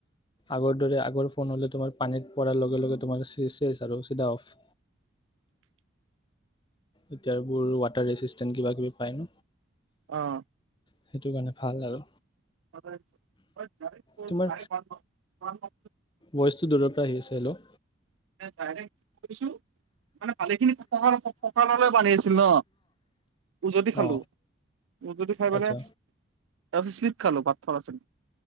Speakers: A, on the left; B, on the right.
A: আগৰ দৰে আগৰ ফোন হ'লে তোমাৰ পানীত পৰাৰ লগে লগে তোমাৰ চেচ আৰু চিধা অফ এতিয়াৰোৰ ৱাটাৰ ৰেচিষ্টেন কিবা কিবি পায়
B: অ',
A: সেইটো কাৰণে ভাল আৰু
B: চ <unintelligible>
A: তোমাৰ
B: <unintelligible>
A: ভইচটো দূৰৰ পৰা আহি আছে হেল্ল'
B: তাই কৈছো মানে শালিখিনিকলৈ <unintelligible> পানী আছিল ন উজুতি
A: অ
B: খালোঁ উজুতি খাই পেলাই
A: আচ্ছা
B: ভৰি স্লিপ খালো পাথৰ আছিল